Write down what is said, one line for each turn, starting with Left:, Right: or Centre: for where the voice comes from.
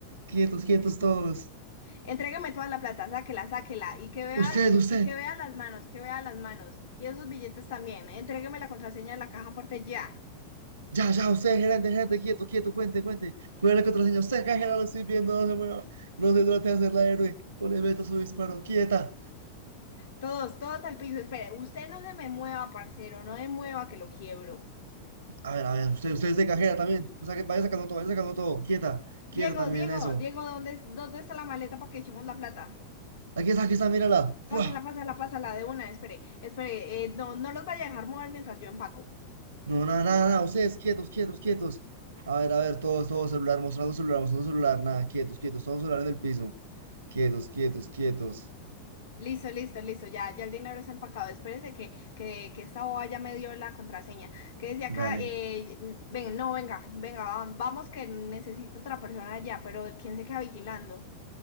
Right: quietos, quietos todos.
Left: Entrégame toda la plata, sáquela, sáquela, y que vea,
Right: Usted, usted.
Left: y que vea las manos, que vea las manos, y esos billetes también, entrégueme la contraseña de la caja fuerte ya.
Right: Ya, ya, usted, gerente, gerente, quieto, quieto, cuente, cuente. ¿Cuál es la contraseña? Usted, acá, gerente, lo estoy viendo, no se mueva. No se trate de hacerla héroe. O le meto su disparo, quieta.
Left: Todos, todos al piso, espere, usted no se me mueva, parcero, no me mueva que lo quiebro.
Right: A ver, a ver, usted, usted es de cajera también. O sea, que vaya sacando todo, vaya sacando todo. Quieta,
Left: Diego,
Right: quieta también
Left: Diego,
Right: eso.
Left: Diego, ¿dónde, es- dónde está la maleta para que echemos la plata?
Right: Aquí está, aquí está, mírala. ¡Fua!
Left: Pásala, pásala, pásala, de una, espere, espere, eh, no, no los vaya a dejar mover mientras yo empaco.
Right: No, nada, nada, nada. Ustedes, quietos, quietos, quietos. A ver, a ver, todos, todos, celular, mostrando celular, mostrando celular. Nada, quietos, quietos, todos celular en el piso. Quietos, quietos, quietos.
Left: Listo, listo, listo, ya, ya el dinero es empacado. Espérese que, que, que esta boba ya me dio la contraseña. Que decía
Right: Dale.
Left: acá, eh, n- ven, no, venga, venga, va- vamos que necesito otra persona allá, pero ¿quién se queda vigilando?